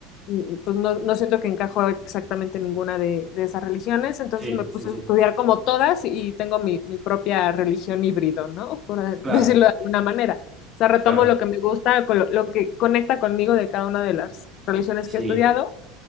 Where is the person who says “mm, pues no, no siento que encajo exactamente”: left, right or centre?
Left